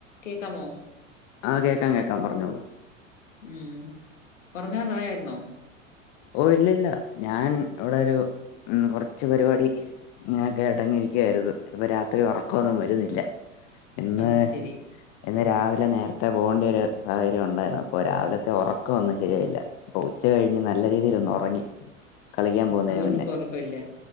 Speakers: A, on the left (about 75°); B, on the left (about 45°).
A: കേക്കാമോ
B: ആഹ് കേക്കാം കേക്കാം പറ്ഞ്ഞോളൂ
A: ഉം ഒറങ്ങാറായാര്ന്നോ
B: ഓഹ് ഇല്ലല്ല ഞാൻ അവ്ടൊരു ഉം കൊറ്ച്ച് പരിപാടി ഇങ്ങനെ കേട്ടങ്ങിരിക്കായിരുന്നു ഇപ്പ രാത്രി ഉറക്കൊന്നും വരുന്നില്ല ഇന്ന്
A: അത് ശരി.
B: ഇന്ന് രാവിലെ നേര്ത്തെ പോകണ്ട്യെരു സാഹചര്യം ഉണ്ടായിരുന്നു അപ്പൊ രാവിലത്തെ ഒറക്കം ഒന്നും ശരിയായില്ല ഓഹ് ഉച്ച കഴിഞ്ഞ് നല്ല രീതിയിൽ ഒന്ന് ഒറങ്ങി കളിക്കാൻ പോന്നെന്
A: അതുകൊണ്ട്
B: മുന്നേ
A: ഇപ്പൊ ഒറക്കമില്ല.